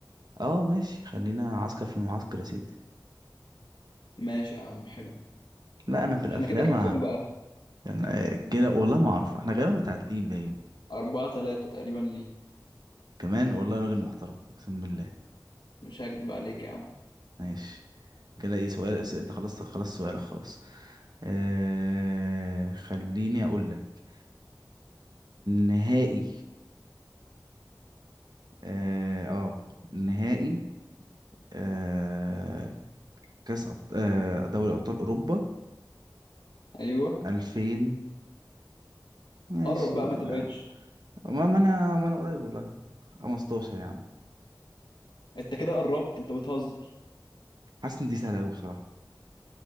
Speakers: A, on the right; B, on the left.
A: اه ماشي خلينا عسكر في المعسكر يا سيدي
B: ماشي يا عم حلو
A: لا أنا في الأفلام
B: احنا كده كام كام بقى
A: أنا كده والله ما أعرف احنا غالبا متعادلين باين
B: أربعة ثلاثة تقريبا ليك
A: كمان والله راجل محترم اقسم بالله
B: مش هكدب عليك يا عم
A: ماشي كده ايه سؤال أس- انت خلصت خلاص سؤالك خلاص آه خليني اقول لك نهائي اه آه، نهائي آه كاس أبط... آه دوري ابطال اوروبا
B: ايوه
A: 2000 ماشي
B: قرب بقى ما تبعدش
A: آه، ما ما انا ما انا قريب والله 15 يا عم
B: انت كده قربت انت بتهزر
A: حاسس ان دي سهله قوي بصراحه